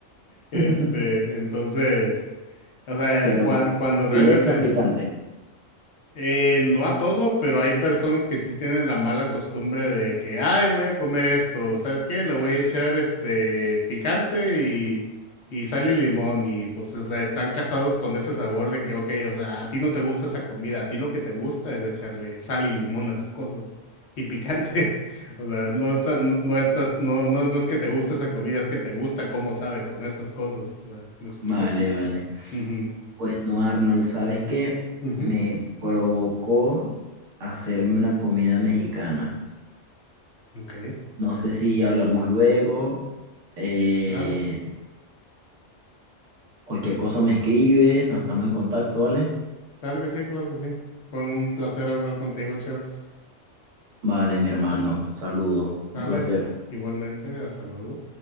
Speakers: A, on the left; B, on the right.
A: Este,
B: <laughs>
A: entonces, o sea,
B: pero
A: cuan- cuando, realmente,
B: y le echan picante.
A: eh, no a todo, pero hay personas que sí tienen la mala costumbre de que, ay, voy a comer esto, ¿sabes qué? Le voy a echar este picante y, y sal y limón y pues, o sea, están casados con ese sabor de que, ok, o sea, a ti no te gusta esa comida, a ti lo que te gusta es echarle sal y limón a las cosas y picante, <laughs> o sea, no estás, no, no estás, no, no, no es que te guste esa comida, es que te gusta cómo sabe con esas cosas, o sea, ¿me explico?
B: Vale, vale.
A: Ujú,
B: Bueno, Arnold, ¿sabes qué?
A: ujú,
B: Me provocó hacerme una comida mexicana.
A: ok,
B: No sé si hablamos luego. eh,
A: claro.
B: cualquier cosa me escribes, nos estamos en contacto, ¿vale?
A: Claro que sí, claro que sí. Fue un placer hablar contigo, Charles.
B: Vale, mi hermano, saludos, un
A: Sale,
B: placer.
A: igualmente, hasta luego.